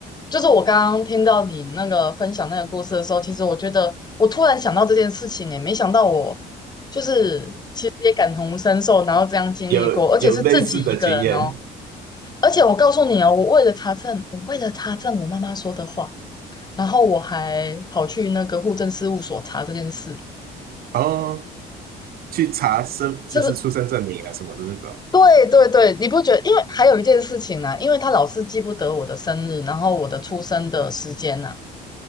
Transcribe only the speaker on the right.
有有类似的经验
哦。去查生就是出生证明啊什么的那种。